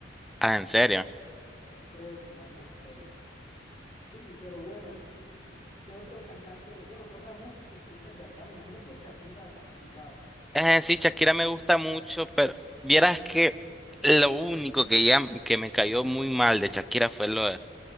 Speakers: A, in the centre; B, on the left.
A: Ah, ¿en serio?
B: Creo, si mal no estoy. Sí, pero bueno, ¿qué otro cantante, bueno, qué otra música escuchas de acá? Me imagino que Shakira has escuchado.
A: Eh, sí, Shakira me gusta mucho, pero vieras que lo único que ya que me cayó muy mal de Shakira fue lo,